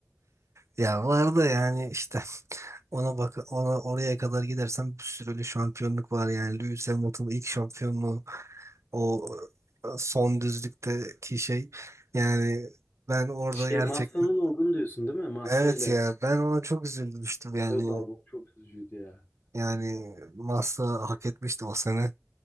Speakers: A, on the right; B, on the left.
A: Ya var da yani işte <laughs> ona bak ona oraya kadar gidersen bir sürü öyle şampiyonluk var yani Lewis Hamilton'ın ilk şampiyonluğu o e, son düzlükteki şey yani ben orada
B: Şey
A: gerçekten
B: Massa'nın olduğunu diyorsun değil mi? Massa
A: Evet
B: ile
A: ya ben ona çok üzülmüştüm yani
B: Evet abi o çok üzücüydü ya.
A: yani Massa hak etmişti o sene